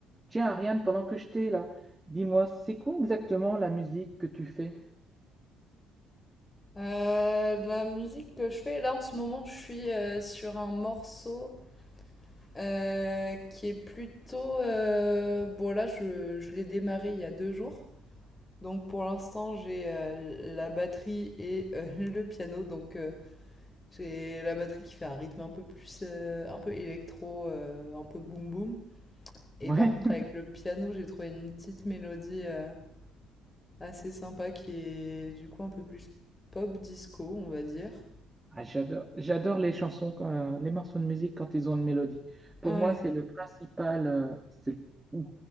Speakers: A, on the right; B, on the left.
A: Tiens, Ariane, pendant que je t'ai là, dis-moi, c'est quoi exactement la musique que tu fais?
B: Euh, la musique que je fais, là en ce moment, je suis euh, sur un morceau euh, qui est plutôt... euh, bon là, je, je l'ai démarré il y a deux jours. Donc pour l'instant, j'ai euh, la batterie et euh, <laughs> le piano. Donc euh, j'ai la batterie qui fait un rythme un peu plus... euh, un peu électro, euh, un peu boom boom. Et
A: Ouais,
B: par contre,
A: <laughs>
B: avec le piano, j'ai trouvé une petite mélodie euh, assez sympa qui est du coup un peu plus pop disco, on va dire.
A: Ah, j'adore, j'adore les chansons, quand- euh, les morceaux de musique quand ils ont une mélodie. Pour
B: Ouais,
A: moi, c'est le principal, euh, c'est le ou,